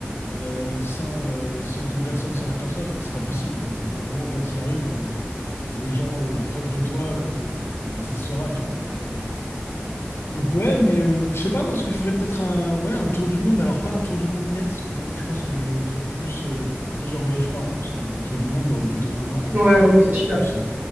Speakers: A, on the left; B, on the right.
A: euh, sans, euh, sans que personne s'en aperçoive. C'est pas possible, en fait. Au bout d'un moment, quoi qu'il arrive, euh, les gens euh, proches de toi, euh, bah, ça se saura, tu vois. Donc, euh, Donc ouais, mais euh, je sais pas moi ce que je ferais peut-être un ouais un tour du monde, mais alors pas un tour du monde net, tu vois. Moi je pense que je ferais plus euh, plusieurs voyages par an parce que tour du monde, bah, au bout de un an t'as
B: Ouais,
A: tout fait
B: oui,
A: et puis
B: c'est sûr.
A: en plus